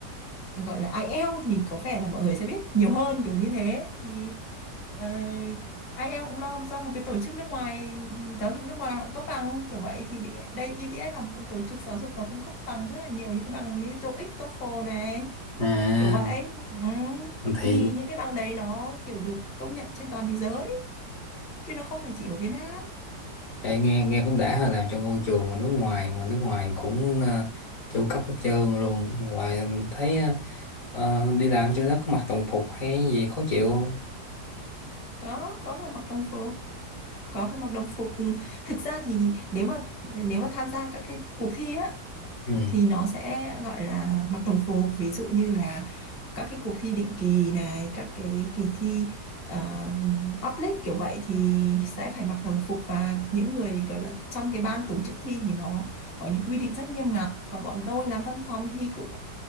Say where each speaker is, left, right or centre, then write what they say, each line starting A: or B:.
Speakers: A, on the left (about 30°); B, on the left (about 60°).
A: gọi là IELTS thì có vẻ là mọi người sẽ biết nhiều hơn kiểu như thế thì ờ, IELTS cũng lo do một cái tổ chức nước ngoài giáo dục nước ngoài họ cũng cấp bằng kiểu vậy thì đi- đây ETS là một tổ chức giáo dục nó cũng cấp bằng rất là nhiều những cái bằng như TOEIC, TOEFL này
B: à
A: kiểu vậy ừ.
B: thì
A: thì những cái bằng đấy nó kiểu được công nhận trên toàn thế giới chứ nó không phải chỉ ở Việt Nam
B: Ê, nghe nghe cũng đã ha làm trong môi trường mà nước ngoài mà nước ngoài cũng ờ, chu cấp hết trơn luôn ngoài anh thấy ờ, ờ, đi làm cho nó có mặc đồng phục hay gì khó chịu không
A: có có phải mặc đồng phục có phải mặc đồng phục thực ra thì nếu mà nếu mà tham gia các cái cuộc thi á
B: ừ.
A: thì nó sẽ gọi là mặc đồng phục ví dụ như là các cái cuộc thi định kỳ này các cái kỳ thi ờ, public kiểu vậy thì sẽ phải mặc đồng phục và những người gọi là trong cái ban tổ chức thi thì nó có những quy định rất nghiêm ngặt còn bọn tôi làm văn phòng thì cũng